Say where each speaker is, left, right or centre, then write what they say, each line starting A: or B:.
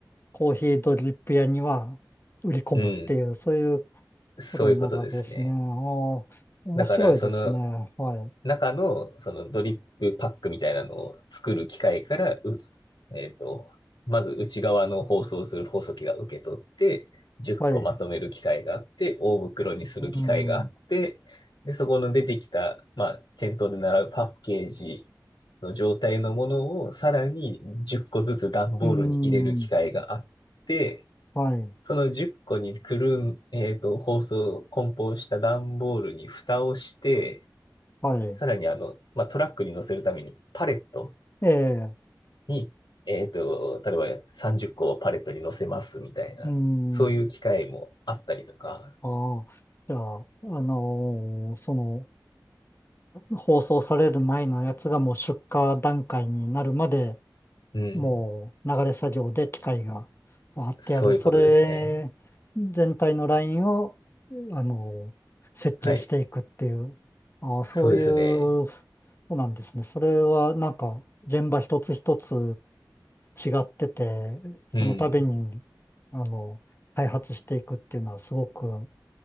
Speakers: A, on the left (about 35°); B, on the left (about 75°).
A: コーヒードリップ屋には売り込むっていう、
B: うん。
A: そういう
B: そういうことですね。
A: ことになるわけですね。ああ、面白いですね。
B: だから、その、
A: はい。
B: 中の、そのドリップパックみたいなのを作る機械から、うえっと、まず内側の包装する包装機が受け取って、10個まとめる機械があって、
A: はい。
B: 大袋にする機械があって、
A: うん。
B: で、そこの出てきた、まあ、店頭で習うパッケージの状態のものをさらに10個ずつ段ボールに入れる機械があって、
A: うん。はい。
B: その10個にくるん、えっと、包装、梱包した段ボールに蓋をして、
A: はい。
B: さらにあの、まあ、トラックに乗せるためにパレット
A: ええ。
B: に、えっと、例えば30個をパレットに乗せますみたいな、
A: うん。
B: そういう機会もあったりとか、
A: ああ。じゃあ、あのーその、放送される前のやつがもう出荷段階になるまで
B: うん、
A: もう流れ作業で機械がわーってやる。
B: そういうことですね。
A: それ全体のラインを、あの、設計していくっていう、
B: はい。
A: あーそういう、
B: そうですね。
A: そうなんですね。それはなんか現場一つ一つ違ってて、その度に、
B: うん。
A: あの、開発していくっていうのはすごく、